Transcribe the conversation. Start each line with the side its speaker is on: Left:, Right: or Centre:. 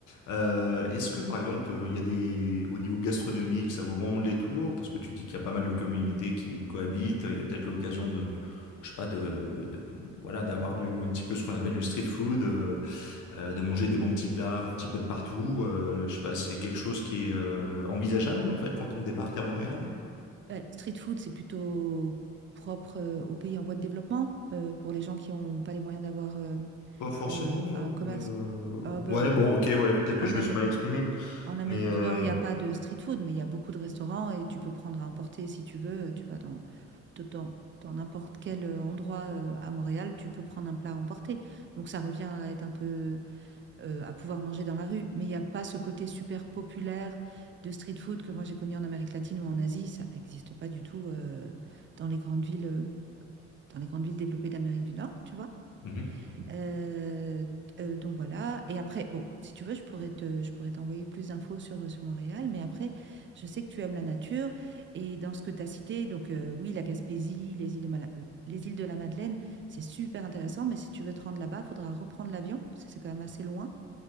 Left: Euh, est-ce que par exemple, euh, il y a des, au niveau gastronomique, ça vaut vraiment le détour? Parce que tu dis qu'il y a pas mal de communautés qui cohabitent. Il y a peut-être l'occasion de, je sais pas, de, de- voilà, d'avoir du, un petit peu ce qu'on appelle du street food, euh, euh, de manger des bons petits plats un petit peu de partout. Euh, je sais pas, c'est quelque chose qui est euh, envisageable en fait quand on débarque à Montréal?
Right: Euh, street food, c'est plutôt propre euh, aux pays en voie de développement, euh, pour les gens qui n'ont pas les moyens d'avoir euh,
Left: Pas forcément,
Right: euh,
Left: non.
Right: un commerce.
Left: Mais euh,
Right: Ah bah,
Left: ouais, bon, ok, ouais, peut-être que
Right: en
Left: je
Right: Am-
Left: me suis mal exprimé,
Right: En Amérique
Left: mais euh...
Right: du Nord, il n'y a pas de street food, mais il y a beaucoup de restaurants et tu peux prendre à emporter si tu veux. Tu vas dans, dans, dans n'importe quel euh, endroit euh, à Montréal, tu peux prendre un plat à emporter. Donc ça revient à être un peu euh, à pouvoir manger dans la rue, mais il n'y a pas ce côté super populaire de street food que moi j'ai connu en Amérique latine ou en Asie. Ça n'existe pas du tout euh, dans les grandes villes, euh, dans les grandes villes développées d'Amérique du Nord, tu vois.
Left: mhm.
Right: Euh, euh, donc voilà. Et après, bon, si tu veux, je pourrais te, je pourrais t'envoyer plus d'infos sur, sur Montréal. Mais après, je sais que tu aimes la nature. Et dans ce que tu as cité, donc euh, oui, la Gaspésie, les îles, de Mala- euh, les îles de la Madeleine, c'est super intéressant. Mais si tu veux te rendre là-bas, il faudra reprendre l'avion, parce que c'est quand même assez loin.